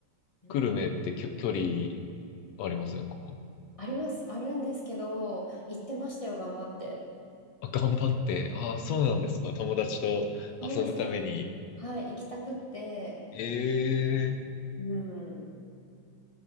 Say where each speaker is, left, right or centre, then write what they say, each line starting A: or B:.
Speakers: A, on the left; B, on the left.
A: うん
B: 久留米ってきょ距離ありませんか
A: あります、あるんですけど、行ってましたよ、頑張って。
B: あ、頑張って。ああ、そうなんですか。友達と遊ぶために。
A: どうして、はい、行きたくって、
B: ええ
A: うん。